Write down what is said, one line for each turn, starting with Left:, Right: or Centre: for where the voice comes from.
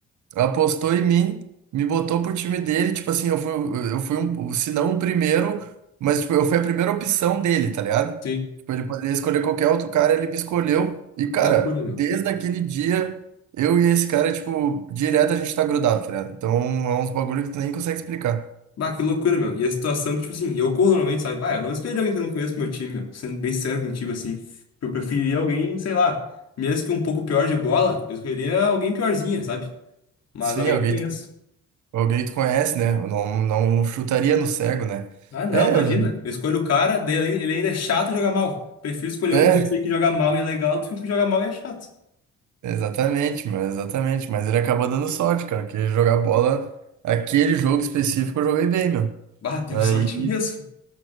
Right: apostou em mim, me botou pro time dele, tipo assim, eu fui, eu fui um, se não o primeiro, mas tipo, eu fui a primeira opção dele, tá ligado?
Left: Sim.
Right: Tipo, ele poderia escolher qualquer outro cara, ele me escolheu. E,
Left: Ah,
Right: cara,
Left: que loucura, meu.
Right: desde aquele dia, eu e esse cara, tipo, direto a gente tá grudado, tá ligado? Então é uns bagulho que tu nem consegue explicar.
Left: Bah, que loucura, meu. E a situação que, tipo assim, eu corro normalmente, sabe? Bah, eu não escolheria alguém que eu não conheço pro meu time, meu. Sendo bem sério contigo, assim. Eu preferiria alguém, sei lá, mesmo que um pouco pior de bola, eu escolheria alguém piorzinha, sabe? Mas
Right: Sim,
Left: alguém
Right: alguém,
Left: que eu conheço
Right: tu- alguém tu conhece, né? Eu Não, não chutaria no cego, né?
Left: Ah, não,
Right: É,
Left: imagina.
Right: eu-
Left: Eu escolho o cara, daí ele ele ainda é chato de jogar mal. Prefiro escolher
Right: é.
Left: um que eu sei que joga mal e é legal do que um que joga mal e é chato.
Right: Exatamente, mano, exatamente. Mas ele acabou dando sorte, cara, que jogar bola, aquele jogo específico eu joguei bem, meu.
Left: Bah, <laughs> deu
Right: Aí,
Left: sorte mesmo.